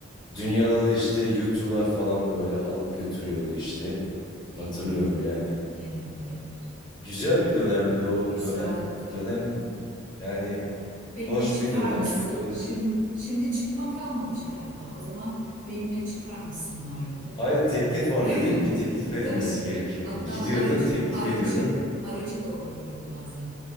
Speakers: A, on the left (about 20°); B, on the right (about 40°).
A: Dünyada da işte U2'lar falan böyle alıp götürüyordu işte.
B: değil
A: Hatırlıyorum
B: mi?
A: yani.
B: Evet evet.
A: Güzel bir dönemdi o
B: Güzeldi.
A: dönem. Dönem yani
B: Benimle
A: hoş
B: çıkar
A: bir dönemdi.
B: mısın?
A: Böyle
B: Şimdi,
A: dö-
B: şimdi çıkma kalmamış galiba. O zaman benimle çıkar mısın vardı.
A: Ayrıca teklif vardı
B: <laughs>
A: değil mi? Bir teklif edilmesi
B: Tabii.
A: gerekiyordu.
B: Hatta
A: Gidiyordun,
B: aracı
A: teklif
B: aracı
A: ediyordun.
B: aracı da olabiliyordu bazen.